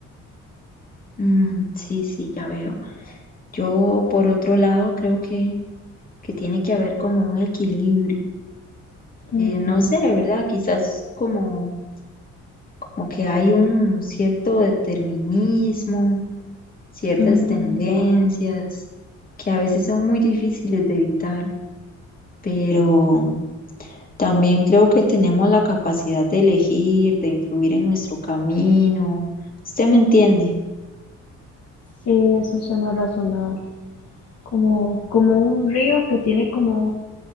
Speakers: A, on the left; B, on the left.
A: Mm, sí, sí, ya veo. Yo, por otro lado, creo que, que tiene que haber como un equilibrio. Eh,
B: Ujú,
A: no sé, ¿verdad? Quizás como, como que hay un cierto determinismo, ciertas
B: ujú.
A: tendencias que a veces son muy difíciles de evitar, pero... También creo que tenemos la capacidad de elegir, de influir en nuestro camino. ¿Usted me entiende?
B: Sí, eso suena razonable. Como, como un río que tiene como